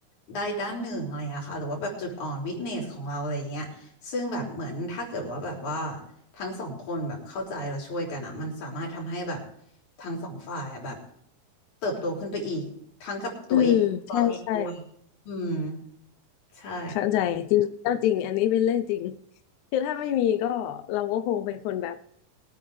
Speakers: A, on the left; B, on the left.
A: ใดด้านหนึ่งอะไรอย่างเงี้ยค่ะหรือว่าแบบจุดอ่อนวิคเนสของเราอะไรอย่างเงี้ยซึ่งแบบเหมือนถ้าเกิดว่าแบบว่าทั้งสองคนแบบเข้าใจและช่วยกันอ่ะมันสามารถทำให้แบบทั้งสองฝ่ายอ่ะแบบเติบโตขึ้นไปอีกทั้งกับตัวเองเราเองด้วย
B: <laughs> อืมใช่ใช่
A: อืมใช่
B: เข้าใจจริงก็จริงอันนี้เป็นเรื่องจริงคือถ้าไม่มีก็เราก็คงเป็นคนแบบ